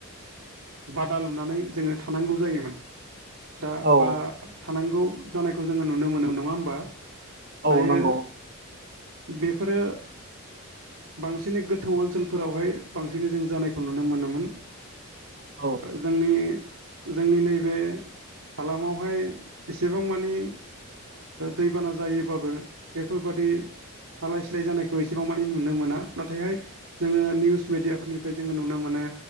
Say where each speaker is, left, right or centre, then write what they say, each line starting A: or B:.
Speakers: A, on the right; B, on the right.
A: बादा लुनानै जोङो थानांगौ जायोमोन दा
B: औ
A: बा थानांगौ जानायखौ जोङो नुनो मोनो नङा होमबा
B: औ
A: दायो
B: नंगौ
A: बेफोरो बांसिन गोथौ ओनसोलफोरावहाय बांसिनै जों जानायखौ नुनो मोनोमोन
B: औ
A: जोंनि जोंनि नैबे हालामावहाय एसेबां मानि दैबाना जायोबाबो बेफोरबादि आलाय सिलाय जानायखौ एसेबां मानि नुनो मोना नाथायहाय जोङो निउस मिडियाफोरनिफ्राय जोङो नुनो मोनो